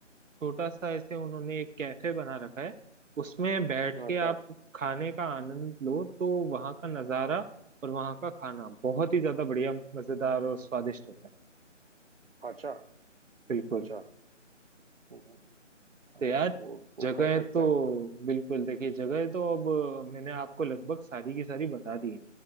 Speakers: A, on the right (about 80°); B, on the right (about 50°).
A: छोटा सा ऐसे उन्होंने एक कैफे बना रखा है उसमें बैठ के
B: अच्छा
A: आप खाने का आनंद लो तो वहाँ का नज़ारा और वहाँ का खाना बहुत ही ज्यादा बढ़िया मजेदार और स्वादिष्ट होता है
B: अच्छा
A: बिल्कुल
B: अच्छा हम्म, अ,
A: तो यार
B: वो वो
A: जगह
B: कर सकते
A: तो
B: हैं
A: बिल्कुल देखिए जगह तो अब मैंने आपको लगभग सारी की सारी बता दी है